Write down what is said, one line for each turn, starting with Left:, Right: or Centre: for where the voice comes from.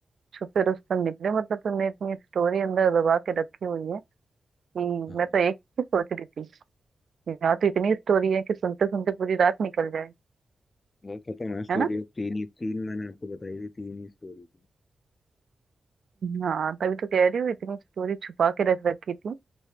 Right: छुपे रुस्तम निकले मतलब तुमने इतनी स्टोरी अंदर दबा के रखी हुई है कि
Left: हाँ,
Right: मैं तो एक ही सोच रही थी यहाँ तो इतनी स्टोरी है कि सुनते सुनते पूरी रात निकल जाए
Left: बहुत खतरनाक स्टोरी
Right: है ना
Left: है तीन ही तीन मैंने आपको बताई थी तीन ही स्टोरी थी
Right: हाँ तभी तो कह रही हूँ इतनी स्टोरी छुपा के रख रखी थी